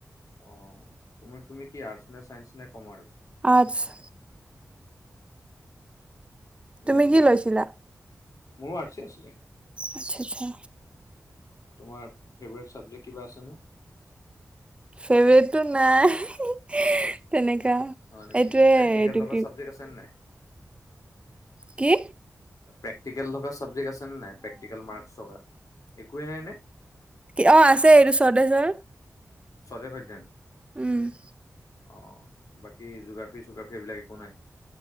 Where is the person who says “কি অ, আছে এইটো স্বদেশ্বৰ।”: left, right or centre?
Right